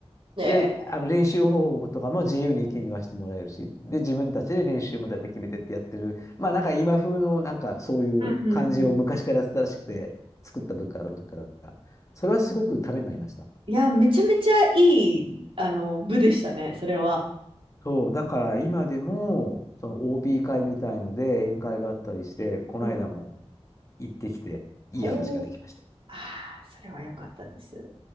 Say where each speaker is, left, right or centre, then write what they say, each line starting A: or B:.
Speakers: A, on the right; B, on the left.
A: ねえ。
B: で、あの練習方法とかも自由に意見言わせてもらえるし、で、自分たちで練習もだいたい決めてってやってる。まあなんか今風のなんかそういう感じを昔からやってたらしくて、
A: うん、うん、うん。
B: 作った部活ある時から。それはすごくためになりました。
A: いや、めちゃめちゃいい、あの、部でしたね、それは。
B: そう、だから今でも、その OB 会みたいので宴会があったりして、この間も
A: うん。
B: 行ってきて、いい話ができました。
A: ほう。ああ、それは良かったです。